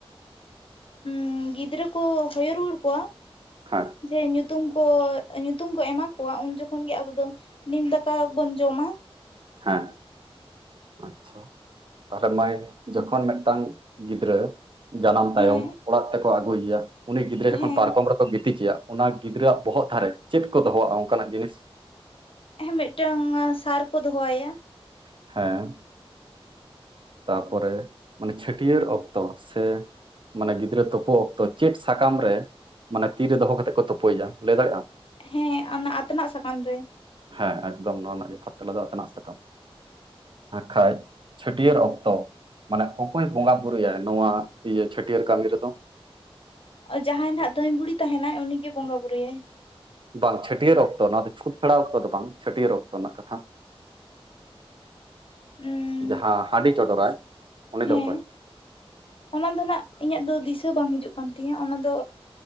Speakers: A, on the left; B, on the right.
A: ᱦᱸ ᱜᱤᱫᱽᱨᱟᱹ ᱠᱚ ᱦᱚᱭᱚ ᱨᱩᱣᱟᱹᱲ ᱠᱚᱣᱟ
B: ᱦᱮᱸ
A: ᱡᱮ ᱧᱩᱛᱩᱢ ᱠᱚ ᱧᱩᱛᱩᱢ ᱠᱚ ᱮᱢᱟ ᱠᱚᱣᱟ ᱩᱱ ᱡᱚᱠᱷᱚᱱ ᱜᱮ ᱟᱵᱚ ᱫᱚ ᱱᱤᱢ ᱫᱟᱠᱟ ᱵᱚᱱ ᱡᱚᱢᱟ
B: ᱦᱮᱸ ᱟᱪᱪᱷᱟ ᱛᱟᱦᱞᱮ ᱢᱟᱹᱭ ᱡᱚᱠᱷᱚᱱ ᱢᱤᱫᱴᱟᱝ ᱜᱤᱫᱽᱨᱟᱹ ᱡᱟᱱᱟᱢ ᱛᱟᱭᱚᱢ
A: ᱦᱮᱸ
B: ᱚᱲᱟᱜ ᱛᱮᱠᱚ ᱟᱹᱜᱩᱭᱮᱭᱟ ᱩᱱᱤ ᱜᱤᱫᱽᱨᱟᱹ ᱡᱚᱠᱷᱚᱱ
A: ᱦᱮᱸ
B: ᱯᱟᱨᱠᱚᱢ ᱨᱮᱚᱢ ᱜᱤ ᱛᱤᱠᱮᱭᱟ ᱚᱱᱟ ᱜᱤᱫᱽᱨᱟᱹᱣᱟᱜ ᱵᱚᱦᱚᱜ ᱫᱷᱟᱨᱮ ᱪᱮᱫ ᱠᱚ ᱫᱚᱦᱚᱣᱟᱜᱼᱟ ᱚᱱᱠᱟᱱᱟᱜ ᱡᱤᱱᱤᱥ
A: ᱦᱮᱸ ᱢᱤᱫᱴᱟᱝ ᱥᱟᱨ ᱠᱚ ᱫᱚᱦᱚ ᱟᱭᱟ ᱾
B: ᱦᱮᱸ ᱛᱟᱨᱯᱚᱨᱮ ᱢᱟᱱᱮ ᱪᱷᱟᱹᱴᱭᱟᱹᱨ ᱚᱠᱛᱚ ᱥᱮ ᱢᱟᱱᱮ ᱜᱤᱫᱽᱨᱟᱹ ᱛᱳᱯᱩ ᱚᱠᱛᱚ ᱪᱮᱫ ᱥᱟᱠᱟᱢ ᱨᱮ ᱢᱟᱱᱮ ᱛᱤ ᱨᱮ ᱫᱚᱦᱚ ᱠᱟᱛᱮᱫ ᱠᱚ ᱛᱩᱯᱩᱭᱭᱟ ᱞᱟᱹᱭ ᱫᱟᱲᱮᱭᱟᱜᱼᱟᱢ
A: ᱦᱮᱸ ᱚᱱᱟ ᱟᱛᱱᱟᱜ ᱥᱟᱠᱟᱢ ᱨᱮ᱾
B: ᱦᱮᱸ ᱮᱠᱫᱚᱢ ᱱᱚᱣᱟ ᱨᱮᱱᱟᱜ ᱡᱚᱛᱷᱟᱛ ᱛᱮᱞᱟ ᱫᱚ ᱟᱛᱱᱟᱜ ᱥᱟᱠᱟᱢ ᱦᱟᱸᱜ ᱠᱷᱟᱡ ᱪᱷᱟᱹᱴᱭᱟᱹᱨ ᱚᱠ ᱛᱚ ᱢᱟᱱᱮ ᱚᱠᱚᱭ ᱵᱚᱸᱜᱟ ᱵᱩᱨᱩᱭᱟᱭ ᱱᱚᱣᱟ ᱤᱭᱟᱹ ᱪᱷᱟᱹᱴᱭᱟᱹᱨ ᱠᱟᱹᱢᱤ ᱨᱮᱫᱚ?
A: ᱡᱟᱦᱟᱸᱭ ᱱᱟᱜ ᱫᱷᱟᱹᱭ ᱵᱩᱲᱦᱤ ᱛᱟᱦᱮᱱᱟᱭ ᱩᱱᱤᱜ ᱜᱮ ᱵᱚᱸᱜᱟ ᱵᱩᱨᱩᱭᱟᱭ ᱾
B: ᱵᱟᱝ ᱪᱷᱟᱹᱴᱭᱟᱹᱨ ᱚᱠᱛᱚ ᱱᱚᱣᱟ ᱫᱚ ᱪᱷᱩᱛ ᱯᱷᱮᱲᱟᱣ ᱚᱠᱛᱚ ᱫᱚ ᱵᱟᱝ ᱪᱷᱟᱹᱴᱭᱟᱹᱨ ᱚᱠᱛᱚ ᱨᱮᱱᱟᱜ ᱠᱟᱛᱷᱟ
A: ᱩᱸ
B: ᱡᱟᱦᱟᱸ ᱦᱟᱺᱰᱤ ᱪᱚᱰᱚᱨᱟᱭ ᱩᱱᱤ
A: ᱦᱮᱸ
B: ᱫᱚ ᱚᱠᱚᱭ?
A: ᱚᱱᱟ ᱫᱚ ᱱᱟᱦᱟᱜ ᱤᱧᱟᱹᱜ ᱫᱚ ᱫᱤᱥᱟᱹ ᱵᱟᱝ ᱦᱤᱡᱩᱜ ᱠᱟᱱ ᱛᱤᱧᱟᱹ ᱚᱱᱟ ᱫᱚ